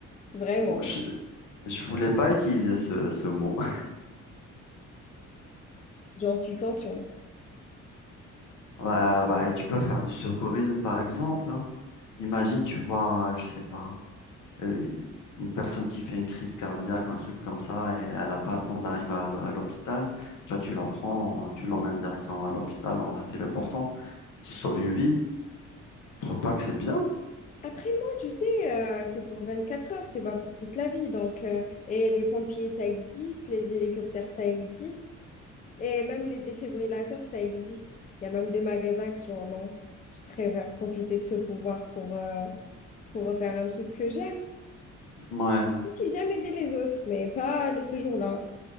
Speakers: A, on the left; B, on the left.
A: vraiment.
B: Je, je voulais pas utiliser ce, ce mot. <laughs>
A: J'en suis consciente.
B: Ouais, bah, tu peux faire du secourisme, par exemple, hein. Imagine, tu vois, je sais pas. euh, une personne qui fait une crise cardiaque, un truc comme ça, et elle n'a pas le temps d'arriver à l'h- à l'hôpital, toi, tu la prends, tu l'emmènes directement à l'hôpital en la téléportant. Tu sauves une vie. Tu trouves pas que c'est bien?
A: Après, moi, tu sais, euh, c'est pour vingt-quatre heures, c'est pas pour toute la vie. Donc, euh, et les pompiers, ça existe, les hélicoptères, ça existe, et même les défibrillateurs, ça existe. Il y a même des magasins qui en ont. Je préfère profiter de ce pouvoir pour, euh, pour faire un truc que j'aime.
B: Ouais.
A: Même si j'aime aider les autres, mais pas le- ce jour-là.